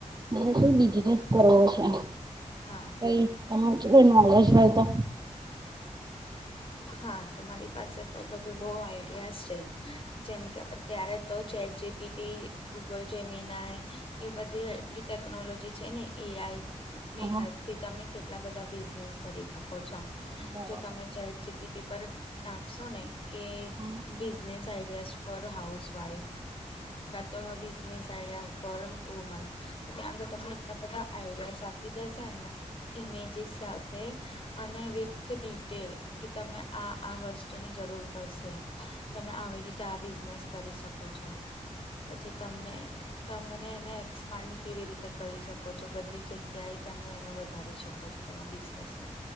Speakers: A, on the right; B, on the left.
A: મારે તો બિઝનેસ કરવો છે.
B: હા
A: કઈ <unintelligible> મહેેશભાઈ તો
B: હા તમારી પાસે તો બધું બહુ આઈડિયા છે. જેમ કે અત્યારે તો જેટ જી પી ટી ગૂગલ જેમીનાય એ બધી એટલી ટેકનોલોજી છે ને એ આઈ
A: હા
B: ની હેલ્પથી તમે કેટલા બધા બિઝનેસ કરી શકો છો.
A: બરાબર.
B: જો તમે ચટ પી ટી પર નાખશો ને કે
A: હા
B: business ideas for house wife. કા તો બિઝનેસ આઈડિયા ફોર વુમન. તો ત્યાં આગે તમને એટલા બધા આઈડિયાસ આપી દેશે ને ઈમેજીસ સાથ થે અને વિથ ડિટેલ કે તમે આ આ વસ્તુની જરૂર પડશે. તમે આવી રીતે આ બિઝનેસ કરી શકો છો. પછી તમને તમને એને એક્સપાન્ડ કેવી રીતે કરી શકો છો? બધી જગ્યાએ કેમનો એને વધારી શકો? પછી તમાર બીઝનેસ ને